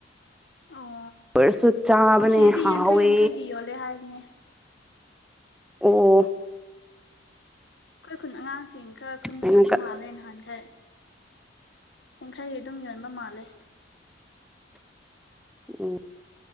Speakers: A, on the left; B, in the centre.
A: ꯑꯣ
B: ꯑꯣꯏꯔꯁꯨ ꯆꯥꯕꯅꯦ
A: ꯑꯁꯤꯗꯗꯤ
B: ꯍꯥꯎꯋꯦ
A: ꯌꯥꯡꯈꯩ ꯌꯥꯡꯈꯩꯒꯤ ꯌꯣꯜꯂꯦ ꯍꯥꯏꯕꯅꯦ
B: ꯑꯣ
A: ꯑꯩꯈꯣꯏ ꯈꯨꯟ ꯑꯉ ꯁꯤ ꯈꯔ ꯈꯨꯟꯕ
B: ꯍꯟꯗꯛ
A: ꯆꯠꯄ ꯃꯥꯜꯂꯦ ꯅꯍꯥꯟꯈꯥꯏ ꯌꯥꯡꯈꯥꯏ ꯑꯗꯨꯝ ꯌꯣꯟꯕ ꯃꯥꯜꯂꯦ
B: ꯎꯝ